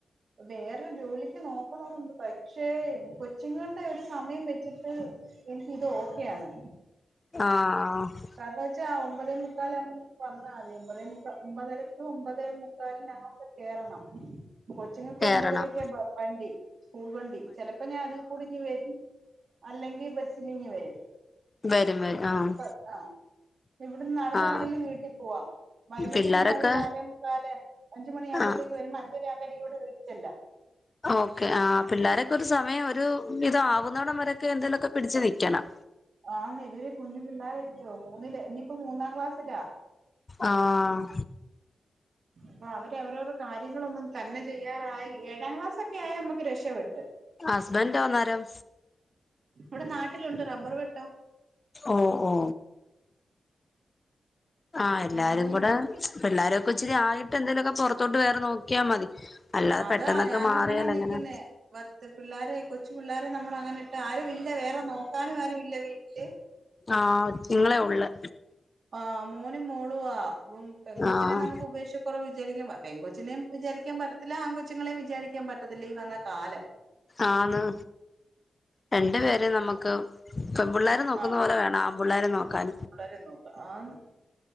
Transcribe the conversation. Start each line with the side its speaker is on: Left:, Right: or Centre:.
Right: വേറെ ജോലിക്ക് നോക്കണോന്ന്ണ്ട് പക്ഷേ കൊച്ചുങ്ങള്ടെ ഒരു സമയം വെച്ചിട്ട് എനിക്ക് ഇത് ഓക്കെയാണ്
Left: ആഹ് ആഹ്
Right: കാരണം വെച്ചാ ഒമ്പതേ മുക്കാൽ ആവുമ്പം വന്നാൽ മതി ഒമ്പതേ മുക്കാൽ ഒമ്പതര ക്കുംഒമ്പതേ മു- കാലിന് ഞാനിവടെ കേറണം കൊച്ചിങ്ങക്ക്
Left: കേറണം
Right: ഒമ്പതരക്ക വണ്ടി സ്കൂൾ വണ്ടി ചിലപ്പോ ഞാൻ അദിൽ കൂടി ഞ്ഞി വരും അല്ലെങ്കിൽ ബസ്സിൽ ഇങ് വരും
Left: വരും വരും ആഹ്
Right: പ ആഹ് ഇവിടുന്ന് നടന്ന
Left: ആഹ്
Right: വേണമെങ്കിലും വീട്ടിൽ പോവാം വൈകിട്ട്
Left: പിള്ളാരൊക്കെ
Right: പിന്നെ അവര് നാലേ മുക്കാല് അഞ്ചുമ മണിയാവുമ്പോത്തേക്ക്
Left: ആഹ്
Right: വരും അഞ്ചര ആകുമ്പോത്ത എനിക്ക് വീട്ടി ചെല്ലാം
Left: ഓക്കേ ആ പിള്ളോരൊക്കെ ഒരു സമയം ഒരു ഇത ആവുന്നോടം വരെൊക്കെ എന്തെങ്കലുമൊക്കെ പിടച്ച് ന നിക്കണം
Right: ആന്ന് ഇവര് കുഞ്ഞു പിള്ളോരായിരിക്കോ മൂന്നിൽ ഇനിയിപ്പോ മൂന്നാം ക്ലാസ്സിലാ
Left: ആഹ്
Right: അപ്പൊ അവര് അവരോരു കാര്യങ്ങളൊന്നും തന്നെ ചെയ്യാറായി ഏഴാം ക്ലാസക്കെ ആയി നമ്മുക്ക് രക്ഷപ്പെട്ട്
Left: ഹസ്ബൻ റ്റോ അന്നേരം
Right: ഇവിടെ നാട്ടിലുണ്ട് റബ്ബർ വെട്ട
Left: ഓ ഓ ആഹ് എല്ലാരും
Right: അന്നുണ്ട്
Left: കൂടെ പില്ലാരും ഒക്കെ ഇച്ചിരി ആയിട്ട് എന്തേലുമൊക്കെ പുറത്തോട്ട് വേറെ നോക്കിയാൽ മതി അല്ലാതെ
Right: അതാ
Left: പെട്ടെന്നൊക്കെ
Right: ഞാനും
Left: മാറിയാലങ്ങന
Right: അങ്ങനെ നിക്കുന്നേ പത്ത് പിള്ളോര കൊച്ചു പിള്ളോര നമ്മള അങ്ങനെ ഇട്ട ആരു ഇല്ല വേറെ നോക്കാനും ആരു ഇല്ല വീട്ടില്
Left: ആഹ് നിങ്ങളെ ഉള്ള്
Right: ആഹ് മോനും മോളും ആഹ് പെൺ കൊച്ചിനെ
Left: ആഹ്
Right: നമുക്ക് ഉപേക്ഷിക്ക- കുറവ വിചാരിക്കും പെൺ കൊച്ചിനെയും വിചാരിക്കാൻ പറ്റത്തില്ല ആൺ കൊച്ചുങ്ങളെയും വിചാരിക്കാൻ പറ്റത്തില്ല ഈ വന്ന കാലം
Left: ആന്ന് രണ്ടു പേരെ നമുക്ക് പെൺ പിള്ളേരെ നോക്കുന്ന
Right: ആഹ്
Left: പോലെ വേണം ആ ൺപിള്ളേരെ നോക്കാൻ
Right: പിള്ളേരെ നോക്ക ആന്ന്